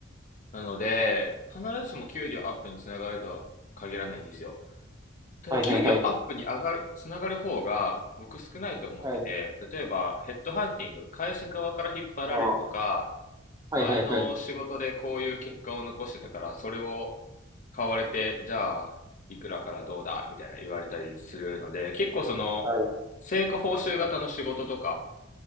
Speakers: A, on the left (about 40°); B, on the right (about 20°).
A: なので、必ずしも給料アップにつながるとは限らないんですよ。ただ給料アップに上がる、
B: はいはいはい。
A: つながる方が僕少ないと思ってて、
B: はい。
A: 例えばヘッドハンティング、会社側から引っ張られるとか、
B: ああ、は
A: 前の仕事でこういう結果を残してたから、
B: いはいはい。
A: それを買われて、じゃあ、いくらからどうだみたいな言われたりするので、結構その、
B: はい。
A: 成果報酬型の仕事とか、